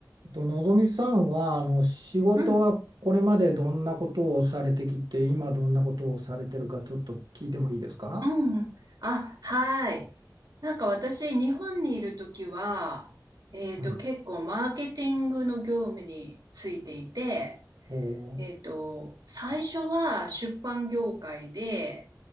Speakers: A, on the right; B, on the right.
A: えっと、のぞみさんはあの仕事はこれまでどんなことをされてきて今どんなことをされてるかちょっと聞いてもいいですか
B: うん、うん。あ、はい。なんか私、日本にいるときは、えっと、
A: はい。
B: 結構マーケティングの業務についていて、
A: おー
B: えっと、最初は出版業界で、